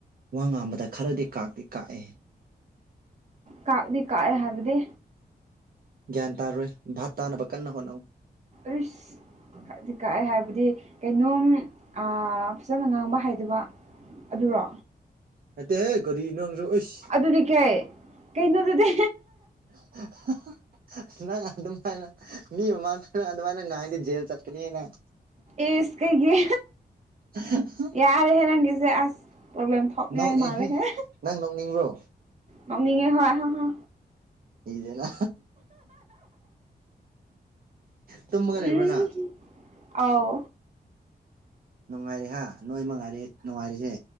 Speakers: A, on the right; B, on the right.
A: ꯋꯥ ꯉꯥꯡꯕꯗ ꯈꯔꯗꯤ ꯀꯥꯛꯇꯤ ꯀꯥꯛꯑꯦ
B: ꯀꯥꯛꯗꯤ ꯀꯥꯛꯑꯦ ꯍꯥꯏꯕꯗꯤ
A: ꯒ꯭ꯌꯥꯟ ꯇꯥꯔꯣꯏ ꯚꯥꯞ ꯇꯥꯅꯕ ꯀꯟꯅ ꯍꯣꯠꯅꯧ
B: ꯑꯩꯁ ꯍꯥꯏꯗꯤ ꯀꯥꯛꯑꯦ ꯍꯥꯏꯕꯗꯤ ꯀꯩꯅꯣꯝ ꯑꯥ ꯐꯖꯅ ꯉꯥꯡꯕ ꯍꯥꯏꯗꯕ ꯑꯗꯨꯔꯣ
A: ꯅꯠꯇꯦꯍꯦ ꯀꯔꯤ ꯅꯪꯖꯨ ꯑꯩꯁ
B: ꯑꯗꯨꯗꯤ ꯀꯩ ꯀꯩꯅꯣꯗꯨꯗꯤ
A: <unintelligible> ꯅꯪ ꯑꯗꯨꯗꯃꯥꯏꯅ ꯃꯤ ꯃꯤꯃꯥꯡ ꯑꯗꯨꯗꯃꯥꯏꯅ ꯉꯥꯡꯗꯤ ꯖꯦꯜ ꯆꯠꯀꯅꯤ ꯅꯪ
B: ꯏꯁ ꯀꯩꯒꯤ
A: ꯑꯍ ꯍꯝ <unintelligible>
B: ꯌꯥꯔꯦꯍꯦ ꯅꯪꯒꯤꯁꯦ ꯑꯁ ꯄ꯭ꯔꯣꯕ꯭ꯂꯦꯝ ꯊꯣꯛꯅꯤꯡꯉꯥꯏ
A: ꯅꯣꯛꯑꯦꯍꯦ
B: ꯃꯥꯜꯂꯦ ꯍꯦ
A: ꯅꯪ ꯅꯣꯛꯅꯤꯡꯕ꯭ꯔꯣ
B: ꯅꫭꯛꯅꯤꯡꯉꯦ ꯍꯣꯏ ꯍ ꯍ
A: ꯏꯗꯅ ꯇꯨꯝꯃꯒ ꯂꯩꯕ꯭ꯔꯅꯪ
B: ꯎꯝ ꯑꯥꯎ
A: ꯅꯨꯡꯉꯥꯏꯔꯦ ꯍꯥꯥ ꯅꯣꯏ ꯃꯛꯉꯥꯏꯔꯦ ꯅꯨꯡꯉꯥꯏꯔꯤꯁꯦ